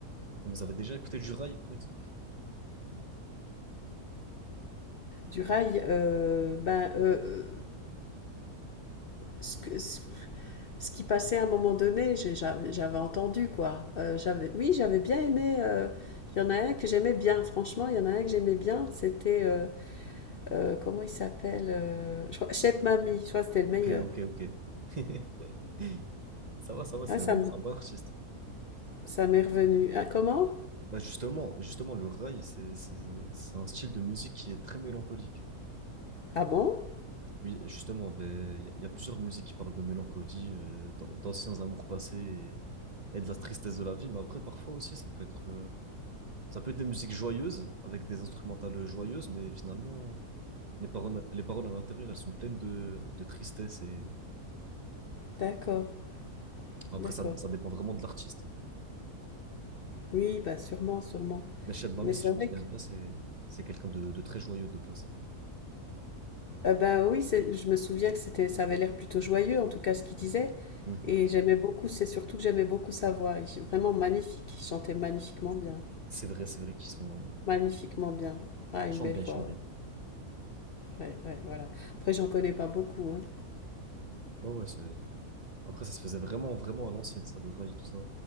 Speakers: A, on the right (about 35°); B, on the left (about 60°).
A: Et vous avez déjà écouté du rail, par exemple?
B: Du rail, euh, ben euh, ce, que- ce- ce qui passait à un moment donné, j'avais j'avais entendu quoi. Euh, j'avais oui, j'avais bien aimé. euh, Il y en a un que j'aimais bien, franchement, il y en a un que j'aimais bien. C'était euh, euh, comment il s'appelle euh, je crois- Chef Mamie. Je crois que c'était le
A: Ok,
B: meilleur.
A: ok, ok. <laughs> Ça va, ça va, c'est
B: Ah ça
A: un,
B: me-
A: c'est un bon artiste.
B: ça m'est revenu. Ah comment
A: Bah justement, justement, le rail, c'est c'est- c'est un style de musique qui est très mélancolique.
B: Ah bon
A: Oui, justement, ben, il y, a il y a plusieurs musiques qui parlent de mélancolie, euh, d'an- d'anciens amours passés et, et de la tristesse de la vie. Mais après, parfois aussi, ça peut être, euh, ça peut être des musiques joyeuses, avec des instrumentales joyeuses, mais finalement, les paroles, les paroles à l'intérieur, elles sont pleines de, de tristesse. Et
B: D'accord,
A: après,
B: d'accord.
A: ça, ça dépend vraiment de l'artiste. hein.
B: Oui, bah sûrement, sûrement.
A: Mais Cheb Mami,
B: Mais c'est
A: si je
B: vrai
A: me souviens bien, c'est, c'est quelqu'un de, de très joyeux de base.
B: Euh, bah oui, c'est- je me souviens que c'était, ça avait l'air plutôt joyeux, en tout cas ce qu'il disait.
A: Mhm.
B: Et j'aimais beaucoup, c'est surtout que j'aimais beaucoup sa voix. Il est vraiment magnifique, il chantait magnifiquement bien.
A: C'est vrai, c'est vrai qu'ils sont...
B: Magnifiquement bien. Ah, une
A: Ils chantent
B: belle
A: bien,
B: voix,
A: ils chantent
B: ouais.
A: bien.
B: Ouais, ouais, voilà. Après, j'en connais pas beaucoup, hein.
A: Ouais, ouais, c'est Après, ça se faisait vraiment, vraiment à l'ancienne, ça, le rail, tout ça.